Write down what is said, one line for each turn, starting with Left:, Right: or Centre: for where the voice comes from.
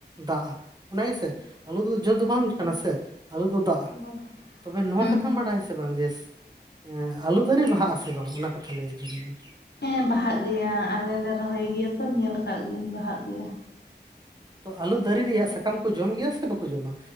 Right: ᱫᱟᱜᱼᱟ, ᱚᱱᱟ ᱜᱮᱥᱮ ᱟᱞᱩ ᱫᱚ ᱡᱚ ᱫᱚ
Left: ᱦᱮᱸ
Right: ᱵᱟᱝ ᱠᱟᱱᱟ ᱥᱮ ᱟᱞᱩ ᱫᱚ ᱫᱟᱜᱼᱟ,
Left: ᱦᱮᱸ
Right: ᱛᱚᱵᱮ ᱱᱚᱣᱟ
Left: ᱦᱩᱸ
Right: ᱠᱷᱟᱹᱛ ᱚᱱᱟ ᱵᱟᱰᱟᱭ ᱥᱮ ᱵᱟᱝ ᱡᱮ ᱮᱸ ᱟᱞᱩ ᱫᱟᱨᱮ ᱵᱟᱦᱟᱜᱼᱟ ᱥᱮ ᱵᱟᱝ? ᱚᱱᱟ ᱠᱟᱛᱷᱟ ᱞᱟᱹᱭ ᱟᱹᱞᱤᱧ ᱚᱢ
Left: ᱦᱮᱸ ᱵᱟᱦᱟᱜ ᱜᱮᱭᱟ ᱟᱞᱮ ᱞᱮ ᱨᱚᱦᱚᱭ ᱜᱮᱭᱟ ᱛᱚ ᱧᱮᱞ ᱟᱠᱟᱜ ᱜᱤᱭᱟᱹᱧ ᱵᱟᱦᱟᱜ ᱜᱮᱭᱟ ᱾
Right: ᱛᱚ ᱟᱹᱞᱩ ᱫᱟᱨᱤ ᱨᱮᱭᱟᱜ ᱥᱟᱠᱟᱢ ᱠᱚ ᱡᱚᱢ ᱜᱮᱭᱟ ᱥᱮ ᱵᱟᱠᱩ ᱡᱚᱢᱟ